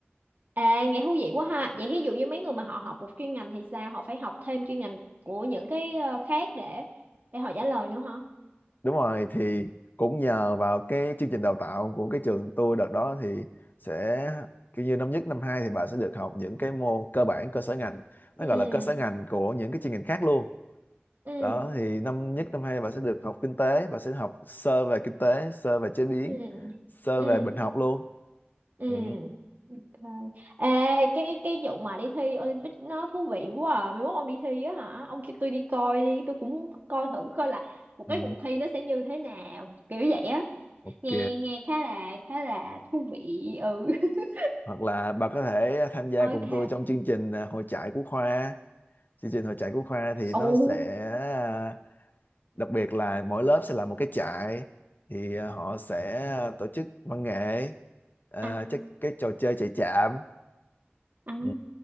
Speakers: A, on the right (about 45°); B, on the left (about 50°).
A: À nghe thú vị quá ha. Vậy ví dụ như mấy người mà họ học một chuyên ngành thì sao? Họ phải học thêm chuyên ngành của những cái ờ, khác để để họ trả lời nữa hả?
B: đúng rồi thì cũng nhờ vào cái chương trình đào tạo của cái trường tôi đợt đó thì sẽ kiểu như năm nhất năm hai thì bà sẽ được học những cái môn cơ bản cơ sở ngành nó
A: Ừ.
B: gọi là cơ sở ngành của những cái chuyên ngành khác luôn
A: Ừ.
B: đó thì năm nhất năm hai bà sẽ được học kinh tế bà sẽ học sơ về kinh tế sơ về chế biến
A: Ừ.
B: sơ
A: Ừ.
B: về bệnh học luôn
A: Ừ.
B: ừ.
A: Ok. Ê, cái cái vụ mà đi thi Olympic nó thú vị quá à. Mai mốt ông đi thi á hả? Ông kêu tôi đi coi đi, tôi cũng muốn coi thử coi là một
B: Ừ.
A: cái cuộc thi nó sẽ như thế nào, kiểu vậy á.
B: ok
A: Nghe nghe khá là khá là thú vị. Ừ. <laughs>
B: hoặc là bà có thể tham gia
A: Ok.
B: cùng tôi trong chương trình à, hội trại của khoa chương trình hội trại của khoa thì
A: Ồ.
B: nó sẽ à, đặc biệt là mỗi lớp sẽ là một cái trại thì à, họ sẽ à, tổ chức văn nghệ à,
A: À.
B: chắc cái trò chơi chạy chạm
A: À.
B: ừ.